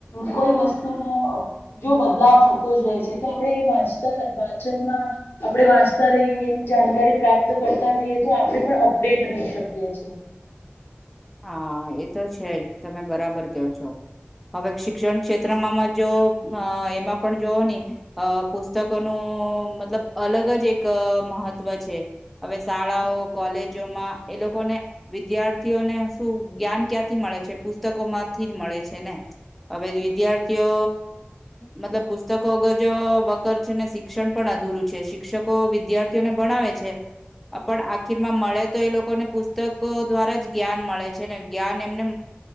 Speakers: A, on the left; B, in the centre.
A: કોઈ વસ્તુનું જો બદલાવ થતો જ રહે છે તો આપણે વાચતા વાંચનમાં આપણે વાંચતા રહીએ એની જાણકારી પ્રાપ્ત કરતા રહીએ તો આપણે પણ અપડેટ રહી શકીએ છીએ
B: હા એ તો છે જ તમે બરાબર કહો છો હવે શિક્ષણ ક્ષેત્રમાં માંજો અ એમાં પણ જોવો ને અ પુસ્તકોનું મતલબ અલગ જ એક મહત્વ છે હવે શાળાઓ કોલેજોમાં એ લોકોને વિદ્યાર્થીઓને તુ જ્ઞાન ક્યાંથી મળે છે પુસ્તકો માંથી જ મળે છે ને હવે વિદ્યાર્થીઓ મતલબ પુસ્તકો વગર જો વકર છે ને શીખ શિક્ષણ પણ અધુરું છે શિક્ષકો વિદ્યાર્થીઓને ભણાવે છે પણ આખીરમાં મળે તો એ લોકોને પુસ્તકો દ્વારા જ જ્ઞાન મળે છે છે ને જ્ઞાન એમને